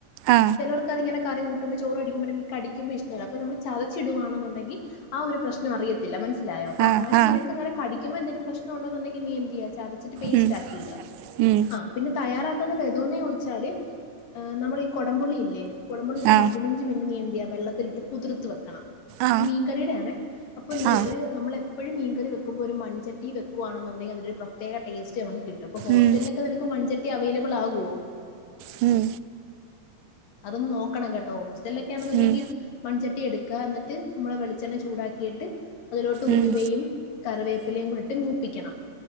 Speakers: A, on the right; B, on the left.
A: ആ
B: ചിലവർക്ക് അതിങ്ങനെ കറി കൂട്ടുമ്പോ ചോ അടിക്കുമ്പോഴ കടിക്ക്പോ ഇഷ്ടല്ല അൊ നമ്മള് ചതച്ചിടവാണ ണ്ടെങ്കിൽ ആ ഒരു പ്രശ്ന അറത്തില്ല മനസ്സിലായോ
A: ആ ആ
B: അൊ അനെ
A: ആ
B: നിനക്കങ്ങനെ കിക്കുമ്പോ എന്തെും െ നീ ചെയ്യ പേ
A: ഉം
B: ആിട
A: ഉം
B: പിന്നെ തയ വതോന്ന് ചോദിച്ചാല് നമ്മള ഈ കുടംപൊളി ഇല്ലെടംപൊളി ഒരു
A: ആ
B: പതിനഞ്ച് മിനിറ്റ് നീന്തിയാ വെള്ളത്തിലിട്ട് കുതിർ വെക്കണംഈ
A: ആ
B: മീൻകറ അ
A: ആ
B: എ നഴും വെുമ്പോ ഒരുൺചട്ടി വെക്കുണുണ്ടെിൽതിൊ ഒരു പ്രത്യേകടേസ്റ്റ് നമു കിട്ടുംപ്പോ ഹോസ്റ്റലൊക്കെ
A: ഉം
B: നിനക്ക് മൺചട്ടി അവൈലബിൾ ആകുവോ
A: ഹം
B: അതൊന്ന് നോക്കണം കേട്ടോ ഹോസ്റ്റലൊക്കെയാണെന്നുണ്ടെങ്കിൽ
A: ഉം
B: മൺ എടു എന്നിട്ട് നമ്മളെ വെളിച്ചെണ്ണ ചൂടാക്കിയിട്ട് അതിലോട്ട് ഉലുവയും
A: ഉം
B: കറി പ്പിലും കൂടിട്ട് മൂപ്പിക്കണം